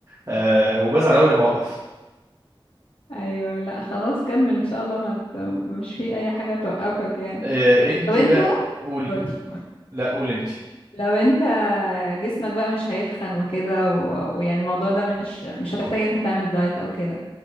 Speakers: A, on the right; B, on the left.
A: آه وبزعل اول ما اوقف
B: ايوه لا خلاص كمل ان شاء الله ما ت- مش في اي حاجة توقفك يعني
A: آه انت
B: طب انت
A: بقى قولي
B: قولي قولي
A: لا قولي انت
B: لو انت جسمك بقى مش هيتخن وكده و- ويعني الموضوع ده مش مش هتحتاج ان انت تعمل دايت او كده